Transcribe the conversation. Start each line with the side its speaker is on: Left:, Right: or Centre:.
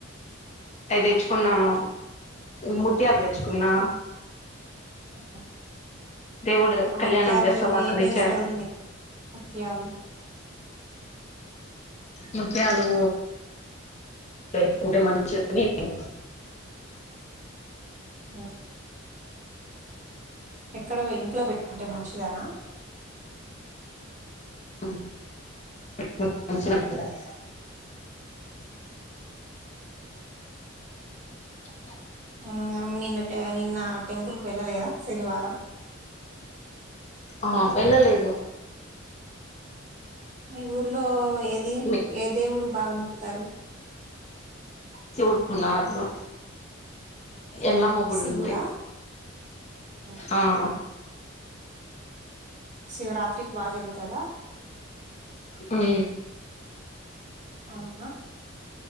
Left: అయి తెచ్చుకున్నాను ముత్యాలు తెచ్చుకున్నా
Right: ఆ హా
Left: దేవుడు
Right: ఆ ముత్యాలు
Left: కళ్యాణం చేస్తాలా అక్కడ
Right: ఏం చేస్తారు
Left: ఇచ్చారు
Right: మీరు ముత్యాలు
Left: ముత్యాలు ఇప్పుడే మంచిగా అయ్యింది
Right: ఆ ఎక్కడ ఇంట్లో పెట్టుకుంటే మంచిదానా
Left: ఉ ఇప్పుడు పెట్టుకుంటే మంచిది ఆ
Right: ఉ నిన్న టెంపుల్ కి వెళ్ళలేదా శనివారం
Left: ఆ వెళ్ళలేదు
Right: మీ ఊర్లో ఏది
Left: మీ
Right: ఏ దేవుడు బాగా మొక్కుతారు
Left: శివుడు ఉన్నారు ఎల్లమ్మ గుడి
Right: శివుడా
Left: ఉంది
Right: ఉమ్.
Left: ఆ ఉ
Right: శివరాత్రికి బాగా జరుగుతదా
Left: ఉ
Right: అవునా